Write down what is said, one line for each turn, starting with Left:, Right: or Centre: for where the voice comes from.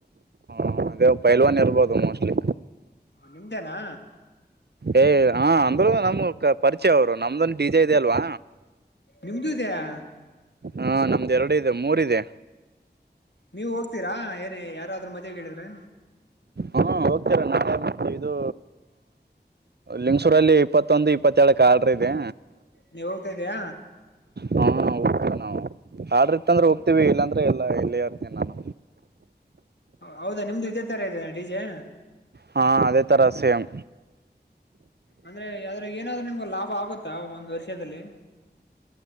Right: ಹ ಅದೇ ಪೈಲ್ವನ್ ಇರ್ಬೋದು ಮೋಸ್ಟ್ಲಿ
Left: ನಿಮ್ದೇನಾ
Right: ಏ ಹ ಅಂದ್ರು ನಮ್ ಪರಿ ಇಚ್ಚೆ ಅವರು ನಮ್ದಂದು ಡಿಜೆ ಇದದೆ ಅಲ್ವಾ
Left: ನಿಮ್ದು ಇದೆಯಾ
Right: ಹಾ ನಮ್ದ ಎರಡು ಇದೆ ಮೂರ ಇದೆ
Left: ನೀವ ಹೋಗ್ತೀರಾ ಏನ ಯಾರಾದ್ರೂ ಮದ್ವೆ ಕೇಳಿದ್ರೆ
Right: ಹಾ ಹೋಗ್ತೀರ ನ ಇದು ಲಿಂಗ್ಸೂರಲ್ಲಿ ಇಪ್ಪತ್ತೊಂದು ಇಪ್ಪತ್ತಏಳ ಕ ಆ್ರ ಇದೆ
Left: ನೀವ್ ಹೋಗ್ತಾ ಇದ ಇದಯ
Right: ಹಾಊ ನ ಆದ್ರಿತ್ತ ಅ್ರ ಹೋಗ್ತಿವಿ ಇಲ್ಲಂದ್ರೆ ಹೇಳ ಇಲ್ಲೆಯಾರ್ತೇನೆ ನಾನು
Left: ಹೌದಾ ನಿಮ್ದು ಇದೇ ತರ ಇದದೆ ಡೀಜೆ
Right: ಹಾ ಅದೇ ತರ ಸೇಂ
Left: ಅಂದ್ರೆ ಅ್ರ ಏನಾದ್ರು ನಿಮ್ಗ ಲಾಭ ಆಗುತ್ತಾ ಒಂದ್ ವರ್ಷದಲ್ಲಿ